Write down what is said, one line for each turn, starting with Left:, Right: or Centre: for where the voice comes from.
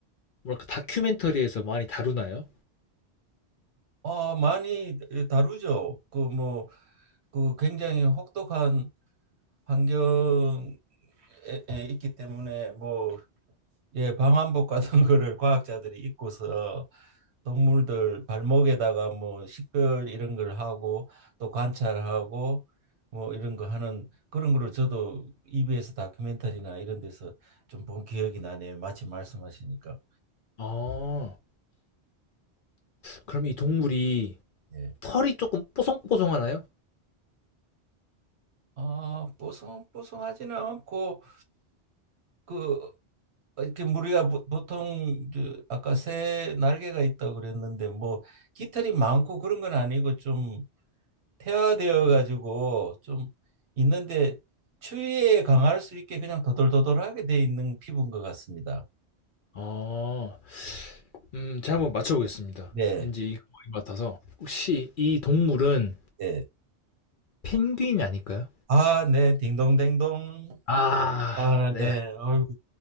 Left: 뭐랄까 다큐멘터리에서 많이 다루나요?
Right: 어, 많이 다루죠. 그 뭐 그 굉장히 혹독한 환경 에, 에, 있기 때문에 뭐 예, 방한복 같은 <laughs> 거를 과학자들이 입고서 동물들 발목에다가 뭐 식별 이런 걸 하고 또 관찰하고 뭐 이런 거 하는 그런 거를 저도 EBS 다큐멘터리나 이런 데서 좀 본 기억이 나네요. 마침 말씀하시니까.
Left: 아, 그럼 이 동물이
Right: 예.
Left: 털이 조금 뽀송뽀송하나요?
Right: 아, 뽀송 뽀송하지는 않고 그 어, 이렇게 우리가 보- 보통 그 아까 새 날개가 있다고 그랬는데 뭐 깃털이 많고 그런 건 아니고 좀 태화되어 가지고 좀 있는데 추위에 강할 수 있게 그냥 도돌도돌하게 돼 있는 피부인 것 같습니다.
Left: 아, 음, 제가 한번 맞춰보겠습니다.
Right: 네,
Left: 왠지 이거인 같아서. 혹시 이 동물은
Right: 네.
Left: 펭귄이 아닐까요?
Right: 아, 네, 딩동댕동.
Left: 아,
Right: 아,
Left: 네.
Right: 네, 아이고